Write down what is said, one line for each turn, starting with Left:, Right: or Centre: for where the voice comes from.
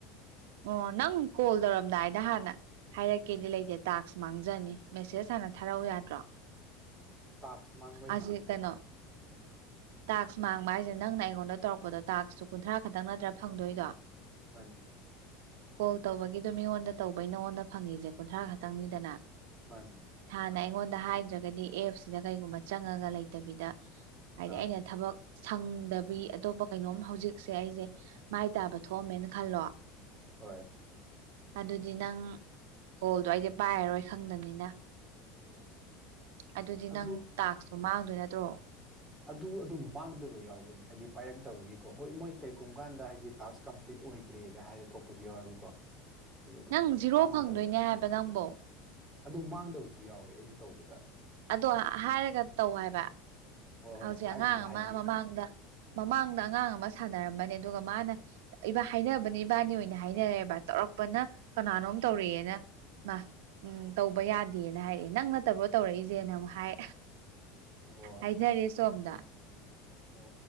Right: ꯑꯣ ꯅꯪ ꯀꯣꯜ ꯇꯧꯔꯝꯗꯥꯏꯗ ꯍꯥꯟꯅ ꯍꯥꯏꯔꯛꯀꯦꯗꯤ ꯂꯩꯇꯦ ꯇꯥꯛꯁ ꯃꯥꯡꯖꯅꯤ ꯃꯦꯁꯦꯁ ꯍꯥꯟꯅ ꯊꯥꯔꯛꯎ ꯌꯥꯗ꯭ꯔꯣ
Centre: ꯇꯥꯛꯁ ꯃꯥꯡꯕ ꯍꯥꯏꯁꯤ
Right: ꯑꯁꯤ ꯀꯩꯅꯣ
Centre: <inaudible>
Right: ꯇꯥꯛꯁ ꯃꯥꯡꯕ ꯍꯥꯏꯁꯦ ꯅꯪꯅ ꯑꯩꯉꯣꯟꯗ ꯇꯧꯔꯛꯄꯗꯣ ꯇꯥꯛꯁꯁꯨ ꯀꯨꯟꯊ꯭ꯔꯥ ꯈꯛꯇꯪ ꯅꯠꯇ꯭ꯔꯥ ꯐꯪꯗꯣꯏꯗꯣ
Centre: ꯃꯥꯅꯤ
Right: ꯀꯣꯜ ꯇꯧꯕꯒꯤꯗꯣ ꯃꯤꯉꯣꯟꯗ ꯇꯧꯕꯩ ꯅꯉꯣꯟꯗ ꯐꯪꯉꯤꯁꯦ ꯀꯨꯟꯊ꯭ꯔꯥ ꯈꯛꯇꯪꯅꯤꯗꯅ
Centre: ꯃꯥꯅꯦ
Right: ꯍꯥꯟꯅ ꯑꯩꯉꯣꯟꯗ ꯍꯥꯏꯗ꯭ꯔꯒꯗꯤ ꯑꯦꯞꯁꯤꯗ ꯀꯩꯒꯨꯝꯕ ꯆꯪꯉꯒ ꯂꯩꯇꯕꯤꯗ ꯍꯥꯏꯗꯤ
Centre: ꯑꯥ
Right: ꯑꯩꯅ ꯊꯕꯛ ꯁꯪꯗꯕꯤ ꯑꯇꯣꯞꯄ ꯀꯩꯅꯣꯝ ꯍꯧꯖꯤꯛꯁꯦ ꯑꯩꯁꯦ ꯃꯥꯏ ꯇꯥꯕ
Centre: ꯎꯝ
Right: ꯊꯣꯛꯑꯝꯃꯦꯅ ꯈꯜꯂꯣ
Centre: ꯍꯣꯏ
Right: ꯑꯗꯨꯗꯤ ꯅꯪ ꯀꯣꯜꯗꯣ ꯑꯩꯗꯤ ꯄꯥꯏꯔꯔꯣꯏ ꯈꯪꯗꯝꯅꯤꯅ
Centre: ꯎꯝ
Right: ꯑꯗꯨꯗꯤ
Centre: ꯑꯗꯨ
Right: ꯅꯪ ꯇꯥꯛꯁꯇꯨ ꯃꯥꯡꯗꯣꯏ ꯅꯠꯇ꯭ꯔꯣ
Centre: ꯑꯗꯨ ꯑꯗꯨꯝ ꯃꯥꯡꯗꯕ ꯌꯥꯎꯕꯅꯦ ꯍꯥꯏꯗꯤ ꯄꯥꯏꯔꯛꯇꯕꯒꯤꯀꯣ ꯍꯣꯏ ꯃꯣꯏ ꯀꯩꯒꯨꯝꯕ ꯀꯥꯟꯗ ꯍꯥꯏꯗꯤ ꯇꯥꯛꯁ ꯀꯝꯄ꯭ꯂꯤꯠ ꯑꯣꯏꯈ꯭ꯔꯦꯒ ꯍꯥꯏꯅ ꯊꯣꯛꯄꯁꯨ ꯌꯥꯎꯋꯦꯕꯀꯣ ꯑꯗꯨꯒ ꯑꯗꯨꯝ
Right: ꯅꯪ ꯖꯤꯔꯣ
Centre: ꯃꯥꯡꯗꯕ
Right: ꯐꯪꯗꯣꯏꯅꯦ ꯍꯥꯏꯕ ꯅꯪꯕꯣ
Centre: ꯑꯗꯨ ꯃꯥꯡꯗꯕꯁꯨ ꯌꯥꯎꯋꯦ ꯑꯩꯅ ꯇꯧꯕꯗ
Right: ꯑꯗꯣ
Centre: ꯍꯥꯏꯗꯤ
Right: ꯍꯥꯏꯔꯒ ꯇꯧ ꯍꯥꯏꯕ
Centre: ꯍꯣꯏ ꯍꯣꯏ
Right: ꯍꯧꯖꯤꯛ
Centre: ꯍꯥꯏꯕꯨꯗꯤ
Right: ꯑꯉꯥꯡ ꯑꯃ
Centre: ꯍꯥꯏꯒꯦ
Right: ꯃꯃꯥꯡꯗ ꯃꯃꯥꯡꯗ
Centre: ꯑ
Right: ꯑꯉꯥꯡ ꯑꯃ ꯁꯥꯟꯅꯔꯝꯕꯅꯦ ꯑꯗꯨꯒ ꯃꯥꯅ ꯏꯕꯥ ꯍꯥꯏꯅꯕꯅꯦ
Centre: ꯑ
Right: ꯏꯕꯥꯅꯤ ꯑꯣꯏꯅ ꯍꯥꯏꯅꯔꯦꯕ ꯇꯧꯔꯛꯄꯅ ꯀꯅꯥꯅꯣꯝ ꯇꯧꯔꯛꯑꯦꯅ ꯃꯥ
Centre: ꯑ
Right: ꯎꯝ ꯇꯧꯕ ꯌꯥꯗꯦ ꯍꯥꯏꯔꯛꯑꯦ ꯅꯪ ꯅꯠꯇ꯭ꯔꯕꯣ ꯇꯧꯔꯛꯏꯁꯦꯅ ꯑꯃꯨꯛ ꯍꯥꯏ
Centre: ꯑꯣ
Right: ꯍꯥꯏꯅꯔꯦ ꯁꯣꯝꯗ
Centre: ꯑꯣ